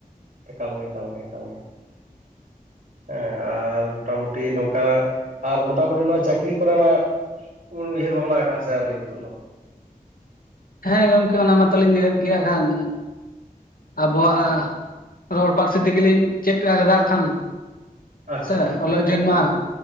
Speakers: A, on the right; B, on the left.
A: ᱮᱠᱟᱞᱜᱮ ᱮᱠᱟᱞ ᱜᱮ ᱮᱠᱟᱞᱜᱮ ᱦᱮᱸ ᱟᱨ ᱢᱚᱴᱟᱢᱩᱴᱤ ᱱᱚᱝᱠᱟᱱᱟᱜ ᱟᱨ ᱢᱚᱴᱟᱢᱩᱴᱤ ᱱᱚᱣᱟ ᱪᱟᱹᱠᱨᱤ ᱠᱚᱨᱮᱱᱟᱜ ᱩᱱ ᱩᱭᱦᱟᱹᱨ ᱵᱷᱟᱵᱽᱱᱟ ᱟᱠᱟᱫᱼᱟ ᱥᱮ ᱟᱹᱣᱨᱤ ᱱᱤᱛᱚᱜ ᱫᱚ?
B: ᱦᱮᱸ ᱜᱚᱢᱠᱮ ᱚᱱᱟ ᱢᱟᱛᱚᱞᱤᱧ ᱧᱮᱞᱮᱫ ᱜᱮᱭᱟ ᱟᱠᱷᱟᱱ ᱟᱵᱚᱣᱟᱜ ᱨᱚᱲ ᱯᱟᱹᱨᱥᱤ ᱛᱮᱜᱮ ᱞᱤᱧ ᱪᱮᱫ ᱟᱠᱟᱫᱟ ᱠᱷᱟᱱ
A: ᱟᱪᱪᱷᱟ
B: ᱥᱮ
A: ᱟᱪᱪᱷᱟ ᱟᱪᱪᱷᱟ
B: ᱚᱞᱚᱜ
A: ᱟᱪᱪᱷᱟ
B: ᱡᱤᱭᱚᱱ ᱢᱟ